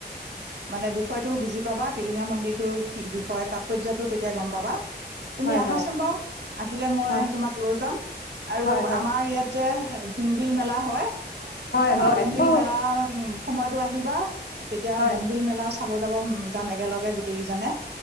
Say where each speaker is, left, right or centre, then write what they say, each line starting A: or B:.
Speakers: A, on the right; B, on the left.
A: মে বিষয়তটো বুজি পাবা টিলিঙা মন্দিৰটোৰ কি বিষয় তাৎপৰ্যটোো তেতিয়া গম পাবা তুমি
B: হয়
A: আহাচোন
B: হয়
A: বাৰু আহিলে মই
B: হয়
A: তোমাক লৈ যাম আৰু
B: হয় হয়
A: আমাৰ যে, জোনবিল মেলা হয়,
B: হয়
A: তোমাৰ
B: হয়
A: জোনবিল
B: অ
A: মেলা সময়ত আহিবা, তেতিয়া
B: হয়
A: জোনবিল মেলা চাব যাব যাম একেলগে গোটেইকেইজনে।